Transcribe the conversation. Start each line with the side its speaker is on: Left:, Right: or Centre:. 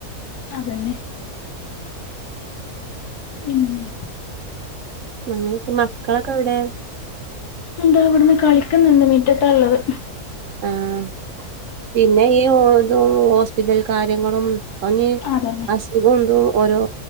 Left: അതന്നെ പിന്നെ
Right: അങ്ങനക്കെ മക്കളൊക്കെ എവടെ?
Left: എന്താ ഇവടന്ന് കളിക്ക്ന്നണ്ട് മീറ്റത്താള്ളത്.
Right: ആഹ് പിന്നെ ഈഹ് ഓതും ഹോസ്പിറ്റൽ കാര്യങ്ങളും <unintelligible>
Left: അതന്നെ
Right: അസുഖം ഇതും ഓരോ